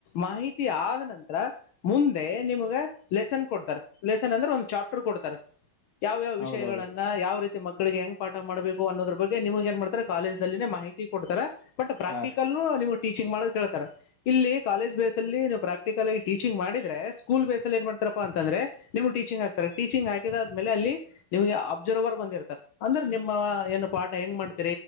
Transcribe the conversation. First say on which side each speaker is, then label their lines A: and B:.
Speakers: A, on the left (about 80°); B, on the left (about 55°).
A: ಮಾಹಿತಿ ಆದ ನಂತರ ಮುಂದೆ ನಿಮ್ಗೆ ಲೆಸನ್ ಕೊಡ್ತಾರೆ ಲೆಸನ್ ಅಂದ್ರೆ ಒಂದು ಚಾ್ಟ ಕೊಡ್ತಾರೆ ಯಾವ್ಯಾವ ವಿಷಯಗಳನ್ನ
B: ಹೌದೌದ್ರಿ
A: ಯಾವ ರೀತಿ ಮಕ್ಕಳಿಗೆ ಹೆಂಗ್ ಪಾಠ ಮಾಡ್ಬೇಕು ಅನ್ನೋದ್ರ ಬಗ್ಗೆ ನಿಮಗೆ ಮಾಡ್ತಾರೆ ಕಾಲೇಜ್ಲ್ಲಿೇ ಮಾಹಿತಿ ಕೊಡ್ತಾರೆ ಬಟ್ ಪ್ರಾಕ್ಟಿಕಲ್
B: ಹಾ ರೀ
A: ನಿಮ್ಗೆ ಟೀಚಿಂಗ್ ಮಾಡೋದು ಕೇಳ್ತಾರೆ ಇಲ್ಲಿ ಕಾಲೇಜ್ ಬೇಸ್ ಅಲ್ಲಿ ನೀವು ಪ್ರಾಕ್ಟಿಕಲ್ಗಿ ಟೀಚಿಂಗ್ ಮಾಡಿ ಅಂದ್ರ ಸ್ಕೂಲ್ ಬೇಸಲ್ಲಿ ಏನ್ ಮಾಡ್ತಾರಾ ಅಂದ್ರೆ ನಿಮ್ ಟೀಚಿಂಗ್ ಹಾಕ್ತಾರೆ ಟೀಚಿಂಗ್ ಹಾಕಿದಾದ್ಮೇಲೆ ಅಲ್ಲಿ ನಿಮಗೆ ಅಬ್ಜರ್ವರ್ ಬಂದಿರ್ತಾರೆ ಅಂದ್ರೆ ನಿಮ್ಮ ಪಾಠ ಹೆಂಗ್ ಮಾಡ್ತಾರೆ